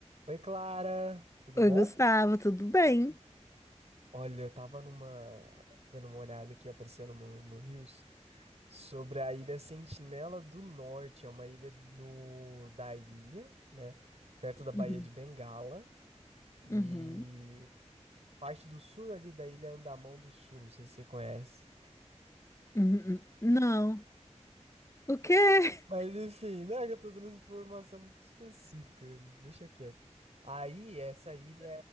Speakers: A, on the right; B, on the left.
A: Oi, Clara, tudo
B: Oi,
A: bom?
B: Gustavo, tudo bem?
A: Olha, eu tava numa dando uma olhada aqui aparecendo no, no Rios sobre a Ilha Sentinela do Norte, é uma ilha no da ilha, né, perto da Baía
B: Uhum,
A: de Bengala e
B: Uhum,
A: parte do sul ali da Ilha Andamão do Sul, não sei se você conhece.
B: uhum, Não. O quê?
A: Mas enfim, né, que eu tô dando essa informação muito específica, deixa quieto. Aí, essa ilha